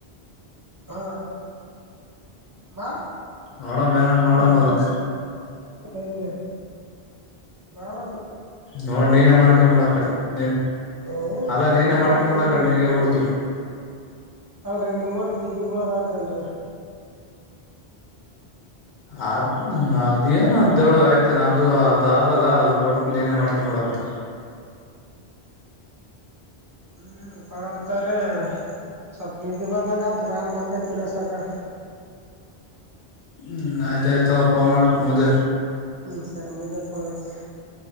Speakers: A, on the right; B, on the left.
A: ಹ ಮಾ
B: ನೋಡಮ್ ಏನನ್ ಮಾಡಮ್
A: ಮತ್ತೆ
B: ಅದಕ್
A: ಇಪ್ನ್ ಮಾಡ
B: ನೋಡ್ ನೀನ ಮಾಡ್ಕೊಂಡ್ ಬಿಡು ಆ ಕಡೆ ನೀನ್
A: ಏ
B: ಅಲ್ಲಾ ನೀನೇ
A: ನಿಮ್ಮೋಡ
B: ಮಾಡ್ಕೊಬಡ
A: ತೆಗಿ
B: ಕಣ ನೀನಗ ಬಿಡ್ತವಿ
A: ಅಲ್ರರಿ ನಿಮ್ಮೋಡ ತಿಗಿ ಬಿಳೋದ ಆತೇನ್ರರಿ
B: ಅದ್ ಅದೇಏನ ಅ ಆಯ್ತು ನಂದು ಅದ್ ಅಲ್ಲ ಅದ ಕೊಡ್ತ ಏನೇ ಮಾಡ್ಕೊಂಡಂಬ ಹ
A: ಹ್ಮ್ ಕಳಂತಾರ ಸ ನಿದ್ದೆ ಬಂದಂಗತ್ರ ನಾನನ್ ಮಕ್ಕಂತ ತಿರಸಕರ
B: ಹ್ಮ್ ಆಯ್ತಾಯಯ್ತ ಫೋನ್ ಮಾಡ್ತ್ ಮುಂಜೆ
A: ಹ್ಮ್ ಸರ್ ಮಂಜಾಲು ಪನ ಸ